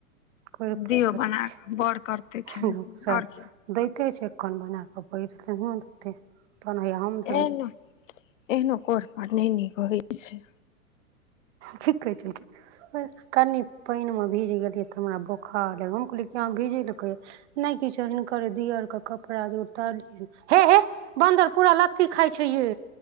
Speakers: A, on the right; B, on the left.
A: कोरिपन
B: दियौ
A: बड्ड
B: बना
A: छै
B: कऽ बड़ करतै खेनाइ
A: सएह
B: पिनाइ और की
A: दैते छैकन बना कऽ पढ़ देते <inaudible> तहन हैया हम देबै
B: एहनो <inaudible> एहनो कोईरह पन नै निक हौय छै
A: ठीक कहै छै <inaudible> की कनी पाइन में भीज गेलियै तऽ हमरा बोखार लग हम कहलिये कि अहाँ भीजेल किये नै किछो हिनकर दिअर कऽ कपड़ा जे उतारलियै हे हे बन्दर पूरा लत्ती खाइ छै ये